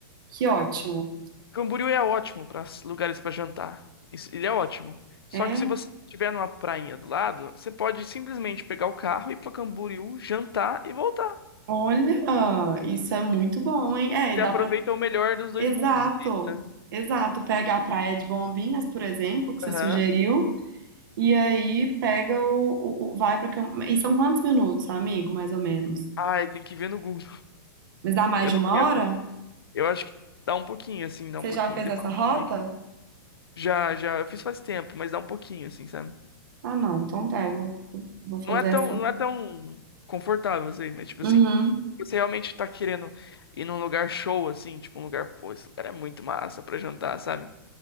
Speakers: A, on the right (about 60°); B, on the left (about 80°).
A: Que ótimo.
B: Camboriú é ótimo para lugares pra jantar. Isso- ele é ótimo. Só
A: É.
B: que se você estiver numa prainha do lado, você pode simplesmente pegar o carro e ir pra Camboriú, jantar e voltar.
A: Olha, isso é muito bom, hein? É,
B: Você
A: e dá
B: aproveita
A: pra.
B: o melhor dos dois
A: Exato.
B: mundos ali, né?
A: Exato. Pega a praia de Bombinhas, por exemplo, que você
B: Aham.
A: sugeriu, e aí pega o, o- o- vai pra Cam- E são quantos minutos, amigo, mais ou menos?
B: Ai, tem que ver no Google. <laughs>
A: Mas dá mais
B: Eu
A: de
B: não
A: uma
B: lembro.
A: hora?
B: Eu acho que dá um pouquinho, assim, dá
A: Você
B: um pouquinho,
A: já fez
B: demora
A: essa rota?
B: um pouquinho. Já, já, eu fiz faz tempo, mas dá um pouquinho, assim, sabe?
A: Ah, não. Então tá, eu vou, vou fazer
B: Não é tão,
A: essa.
B: não é tão confortável, assim, mas tipo
A: Uhum.
B: assim, você realmente tá querendo ir num lugar show, assim, tipo um lugar, pô, esse lugar é muito massa pra jantar, sabe?